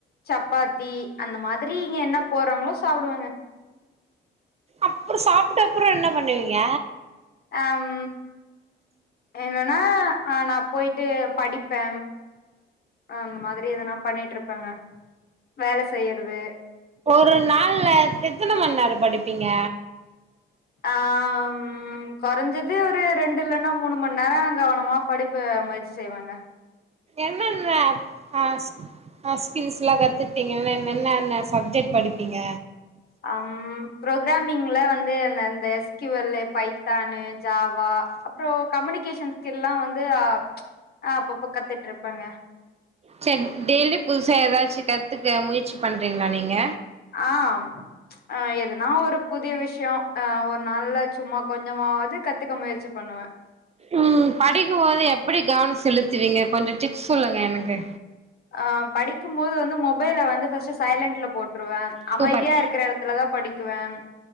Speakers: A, on the left; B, on the right.
A: சப்பாத்தி அந்த மாதிரி இங்க என்ன போட்றாங்களோ சாப்டுவேங்க
B: அப்றோ சாப்ட அப்றோ என்ன பண்ணுவீங்க
A: அம் என்னன்னா நா போயிட்டு படிப்பே அந்த மாதிரி எதனா பண்ணிட்டு இருப்பேங்க வேல செய்யறது
B: ஒரு நாள்ல எத்தன மணி நேரோ படிப்பீங்க
A: ஆம் கொறஞ்சது ஒரு ரெண்டு இல்லன்னா மூணு மணி நேரோ கவனமா படிப்ப முயற்சி செய்வேங்க
B: என்னென்ன அப் ஆஸ் அ ஸ்கில்ஸ் லா கத்துப்பீங்கன என்னென்ன சப்ஜெக்ட் படிப்பீங்க
A: அம் ப்ரோக்ராமிங்ல வந்து அந்தந்த எஸ்கியுவல்லு பைத்தானு ஜாவா அப்பறோ கம்யூனிகேஷன் ஸ்கில்லா வந்து ஆ அப்பப்போ கத்துட்ருப்பேங்க
B: சேரி டெய்லி புதுசா ஏதாச்சு கத்துக்க முயற்சி பண்றீங்களா நீங்க
A: ஆம் அ எதுனா ஒரு புதிய விஷயோ அ ஒரு நாள்ல சும்மா கொஞ்சமாவது கத்துக்க முயற்சி பண்ணுவே
B: ஆஹ <inaudible> ம் படிக்குபோது எப்டி கவனம் செலுத்துவீங்க கொஞ்ச டிப்ஸ் சொல்லுங்க எனக்கு
A: ஆ படிக்கு போது வந்து மொபைல வந்து ஃபஸ்ட்டு சைலண்ட்ல போட்ருவே
B: சூப்பர்
A: அமைதியா இருக்குற எடத்துல தா படிக் குவே ன்